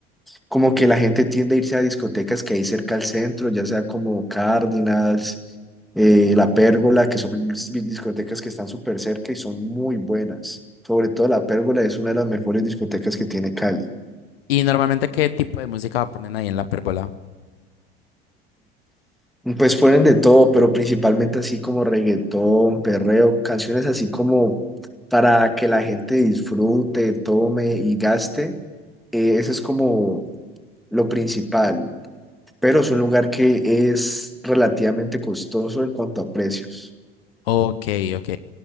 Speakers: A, in the centre; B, on the left.
A: como que la gente tiende a irse a discotecas que hay cerca al centro, ya sea como Cardinals. eh, La Pérgola, que son dis- discotecas que están súper cerca y son muy buenas. Sobre todo La Pérgola es una de las mejores discotecas que tiene Cali.
B: ¿Y normalmente qué tipo de música ponen ahí en la pérgola?
A: Pues fueron de todo, pero principalmente así como reggaetón, perreo, canciones así como para que la gente disfrute, tome y gaste. Eh, eso es como lo principal, pero es un lugar que es relativamente costoso en cuanto a precios.
B: Ok, ok.